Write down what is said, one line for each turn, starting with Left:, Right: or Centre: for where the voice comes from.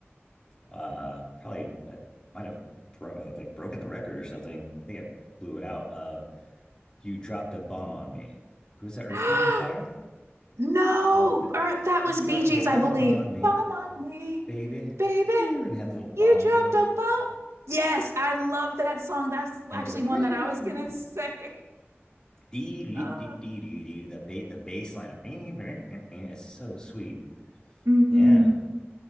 Left: Uh, probably I might have bro- uh, like broken the record or something. I think I blew it out. Uh, you dropped a bomb on me. Who was that? Earth,
Right: <gasps>
Left: Wind, and Fire?
Right: No,
Left: And with the,
Right: or that
Left: you
Right: was
Left: dropped
Right: Bee Gees,
Left: a bomb
Right: I believe.
Left: on me,
Right: Bomb on me,
Left: baby.
Right: baby.
Left: And had the little bomb
Right: You dropped
Left: going
Right: a bomb. Yes, I love that song. That's
Left: and
Right: actually
Left: go
Right: one
Left: where
Right: that I was gonna say. <laughs>
Left: dee dee
Right: Uh,
Left: dee dee dee the ba- the bass line of it's so sweet.
Right: mhm.
Left: Yeah.